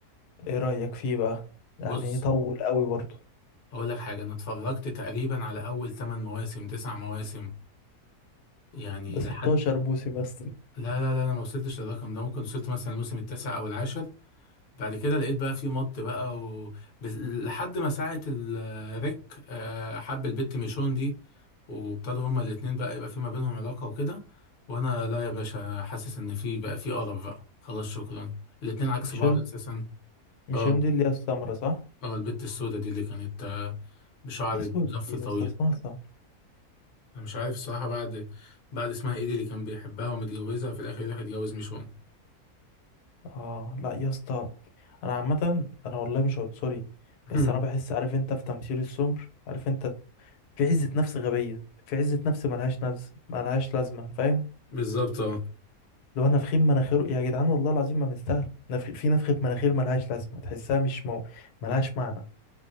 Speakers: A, on the left (about 90°); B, on the left (about 45°).
A: ايه رايك فيه بقى يعني
B: بص
A: طول قوي برضه
B: اقول لك حاجة انا اتفرجت تقريبا على اول 8 مواسم 9 مواسم يعني
A: ده
B: لحد
A: 16 موسم بس
B: لا لا لا انا ما وصلتش للرقم ده ممكن وصلت مثلا الموسم التاسع او العاشر بعد كده لقيت بقى في مط بقى و... بس- لحد ما ساعة الريك آه، حب البت ميشون دي وابتدوا هما الاتنين بقى يبقى في ما بينهم علاقة وكده وانا لا يا باشا حاسس ان في بقى في قرف بقى خلاص شكرا الاتنين عكس
A: مش
B: بعض
A: هند
B: اساسا
A: مش
B: اه
A: هند اللي هي السمرة صح؟
B: اه البت السوداء دي اللي كانت آه، بشعر
A: ايه سودا
B: مزفر
A: دي يا
B: طويل
A: اسطى اسمها سمرة
B: انا مش عارف الصراحة بعد بعد اسمها ايه دي اللي كان بيحبها ومتجوزها في الاخر راح يتجوز ميشون
A: اه لا يا اسطى انا عامه انا والله مش عنصري
B: <laughs>
A: بس انا بحس عارف انت في تمثيل السمر عارف انت في عزة نفس غبية في عزة نفس ملهاش نفس ملهاش لازمة فاهم
B: بالظبط اه
A: لو انا نفخين مناخيره يا جدعان والله العظيم ما مستاهل نفخ في نفخة مناخير ملهاش لازمة تحسها مش مو... ملهاش معنى